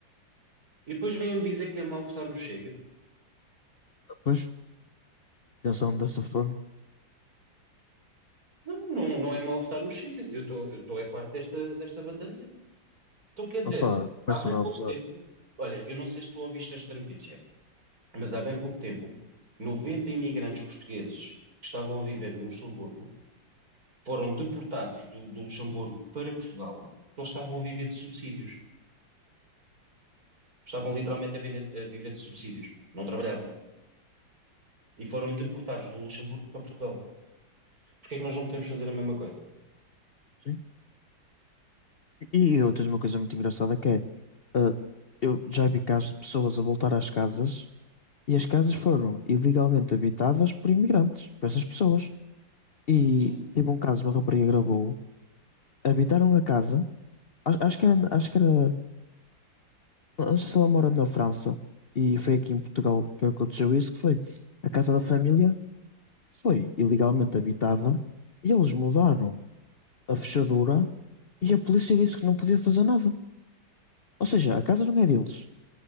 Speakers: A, on the right (about 45°); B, on the left (about 45°).
A: E depois vêm-me dizer que é mau votar no Chega.
B: Depois pensam dessa forma.
A: Não, não, não é mau votar no Chega. Eu estou, eu estou é farto desta, desta bandalheira. Então, quer dizer,
B: Opa, começam
A: há bem
B: a
A: pouco
B: abusar.
A: tempo, olha, eu não sei se tu ouviste esta notícia, mas há bem pouco tempo, 90 imigrantes portugueses que estavam a viver no Luxemburgo foram deportados do, do Luxemburgo para Portugal, porque eles estavam a viver de subsídios. Estavam literalmente a, vender- a viver de subsídios. Não trabalhavam. E foram deportados do Luxemburgo para Portugal. Porquê é que nós não podemos fazer a mesma coisa?
B: Sim. E, e outras, uma coisa muito engraçada que é. ah, eu já vi casos de pessoas a voltar às casas e as casas foram ilegalmente habitadas por imigrantes, por essas pessoas. E
A: Sim,
B: teve um caso, uma rapariga gravou, habitaram a casa. Acho, acho que era, acho que era, não sei se ela mora na França e foi aqui em Portugal que aconteceu isso, que foi a casa da família foi ilegalmente habitada e eles mudaram a fechadura e a polícia disse que não podia fazer nada. Ou seja,
A: pois,
B: a casa não é deles.